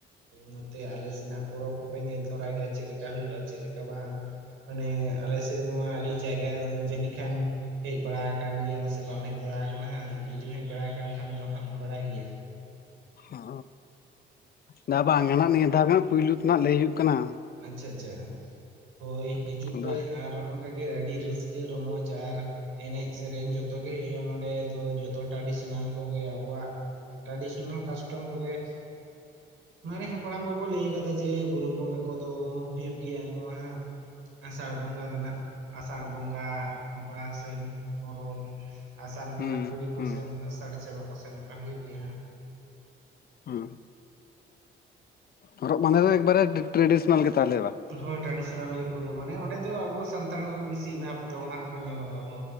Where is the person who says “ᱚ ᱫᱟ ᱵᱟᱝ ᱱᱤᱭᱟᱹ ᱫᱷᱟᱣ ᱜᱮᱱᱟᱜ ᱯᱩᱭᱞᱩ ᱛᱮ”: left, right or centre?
Left